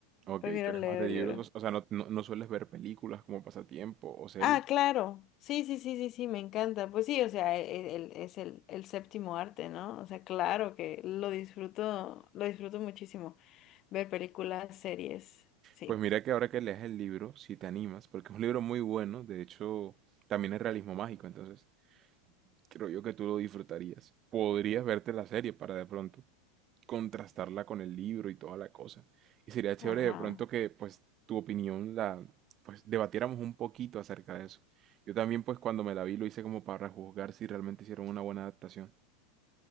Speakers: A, on the right; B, on the left.
A: Ok,
B: Prefiero
A: tú eres
B: leer
A: más de
B: el
A: libros,
B: libro.
A: o o sea, no, no, no sueles ver películas como pasatiempo o series.
B: Ah, claro. Sí, sí, sí, sí, sí, me encanta. Pues sí, o sea, e- el- es el, el séptimo arte, ¿no? O sea, claro que lo disfruto, lo disfruto muchísimo. Ver películas, series, sí.
A: Pues mira que ahora que lees el libro, si te animas, porque es un libro muy bueno, de hecho, también es realismo mágico, entonces creo yo que tú lo disfrutarías. Podrías verte la serie para de pronto. contrastarla con el libro y toda la cosa. Y sería chévere
B: Ajá.
A: de pronto que pues tu opinión la pues debatiéramos un poquito acerca de eso. Yo también pues cuando me la vi lo hice como para juzgar si realmente hicieron una buena adaptación.